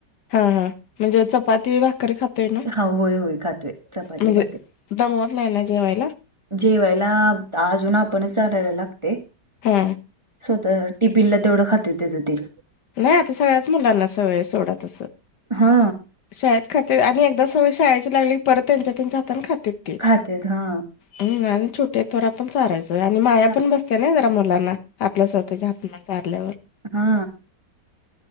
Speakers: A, on the left (about 70°); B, on the right (about 20°).
A: हा हा म्हणजे चपाती भाकरी खात ते ना
B: हा होय होय खातोय चपाती
A: म्हणजे
B: भाकरी
A: दमवत नाही ना जेवायला
B: जेवायला अजून आपण लायला लागते
A: हा
B: स्वतः टिपिनला तेवढं खाते तेचं त
A: नाही आता सगळ्याच मुलांना सवय आहे सोडा तसं.
B: हा
A: शाळेत खातेत आणि एकदा सवय शाळेची लागली परत त्यांच्या त्यांच्या हातान खातेत.
B: खातेच हा
A: हम् आणि छोटेथोरा पण चाारायचं आणि माया
B: चा
A: पण बसते ना जरा मुलांना आपल्या स्वतःच्या आपल्या ारल्यावर
B: हा